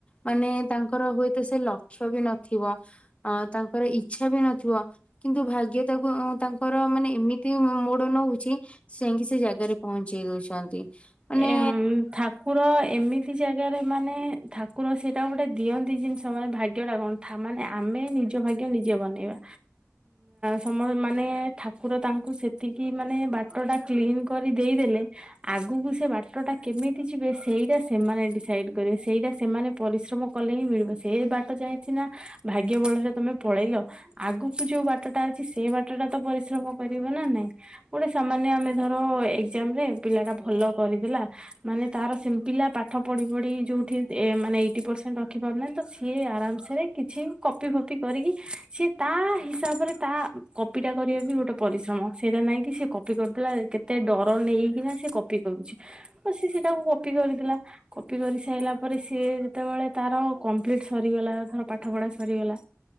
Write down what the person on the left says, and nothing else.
ମାନେ ତାଙ୍କର ହୁଏତ ସେ ଲକ୍ଷ୍ୟ ବି ନଥିବ ତାଙ୍କର ଇଛା ବି ନଥିବ କିନ୍ତୁ ଭାଗ୍ୟ ତାକୁ ତାଙ୍କର ମାନେ ଏମିତି ମୋଡ ନଉଛି, ସେ ଯାଇକି ସେ ଜାଗାରେ ପହଞ୍ଚେଇ ଦଉଛନ୍ତି। ମାନେ